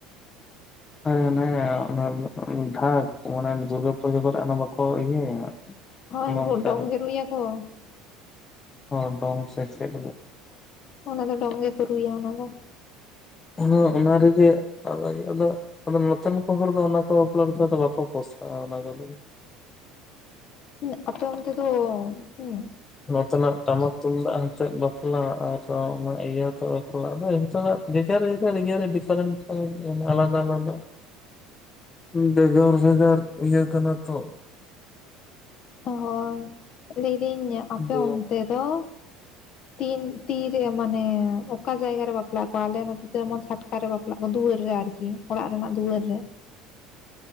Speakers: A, on the left; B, on the left.
A: ᱦᱮᱸ ᱚᱱᱮ ᱚᱱᱟ ᱫᱷᱟᱠ ᱢᱟᱱᱮ ᱫᱩᱨᱜᱟᱹ ᱯᱩᱡᱟᱹ ᱠᱚᱨᱮ ᱚᱱᱟ ᱵᱟᱠᱚ ᱤᱭᱟᱹᱭᱟ
B: ᱦᱚᱸ
A: ᱚᱱᱮ
B: ᱩᱱᱠᱩ
A: ᱚᱱᱠᱟ
B: ᱰᱚᱢ ᱜᱮ ᱨᱩᱭᱟᱠᱚ ᱾
A: ᱦᱚᱸ ᱰᱚᱢ ᱥᱮ ᱪᱮᱫ
B: ᱚᱱᱟ ᱫᱚ ᱰᱚᱢ ᱜᱮᱠᱚ ᱨᱩᱭᱟ ᱚᱱᱟ ᱫᱚ ᱾
A: ᱦᱚᱸ ᱚᱱᱟ ᱨᱮᱜᱮ ᱟᱫᱷᱟ ᱧᱤᱫᱟᱹ ᱫᱚ ᱟᱫᱚ ᱱᱚᱛᱮᱱ ᱠᱚ ᱦᱚᱲ ᱫᱚ ᱚᱱᱟ ᱠᱚ ᱵᱟᱯᱞᱟ ᱨᱮᱫᱚ ᱵᱟᱠᱚ ᱯᱚᱥᱟᱜᱼᱟ ᱾ ᱚᱱᱟ ᱠᱚᱫᱚ ᱪᱮᱫ ᱦᱚᱸ ᱵᱟᱝ ᱟᱸᱡᱚᱢᱚᱜ ᱠᱟᱱᱟ
B: ᱦᱩᱸ ᱟᱯᱮ ᱚᱱᱛᱮ ᱫᱚ ᱦᱩᱸ
A: ᱱᱚᱛᱮᱱᱟᱜ ᱴᱟᱢᱟᱠ, ᱛᱩᱢᱫᱟᱜ ᱟᱱᱛᱮᱫ ᱵᱟᱯᱞᱟ ᱟᱨ ᱚᱱᱟ ᱤᱭᱟᱹᱛᱮ ᱵᱟᱯᱞᱟ ᱫᱚ ᱱᱤᱛᱚᱜᱟᱜ ᱡᱮ ᱡᱷᱟᱨ-ᱡᱮ ᱡᱷᱟᱨ ᱤᱭᱟᱹ ᱨᱮ ᱰᱤᱯᱷᱟᱨᱮᱱᱴ ᱫᱚ ᱟᱞᱟᱫᱟ-ᱟᱞᱟᱫᱟ ᱾ ᱵᱷᱮᱜᱟᱨ-ᱵᱷᱮᱜᱟᱨ ᱤᱭᱟᱹ ᱠᱟᱱᱟ ᱛᱚ
B: ᱦᱚᱭ ᱞᱟᱹᱭᱫᱟᱹᱧ ᱟᱯᱮ
A: ᱱᱤᱭᱚᱢ
B: ᱚᱱᱛᱮ ᱫᱚ ᱛᱤᱱ -ᱛᱤᱨᱮ ᱢᱟᱱᱮ ᱚᱠᱟ ᱡᱟᱭᱜᱟ ᱨᱮ ᱵᱟᱯᱞᱟᱜ ᱠᱚᱣᱟ ᱟᱞᱮ ᱱᱚᱛᱮ ᱡᱮᱢᱚᱱ ᱪᱷᱟᱴᱠᱟᱮ ᱵᱟᱯᱞᱟᱜ ᱠᱚ ᱫᱩᱣᱟᱹᱨ ᱨᱮ ᱟᱨᱠᱤ ᱠᱤ ᱚᱲᱟᱜ ᱨᱮᱱᱟᱜ ᱫᱩᱣᱟᱹᱨ ᱨᱮ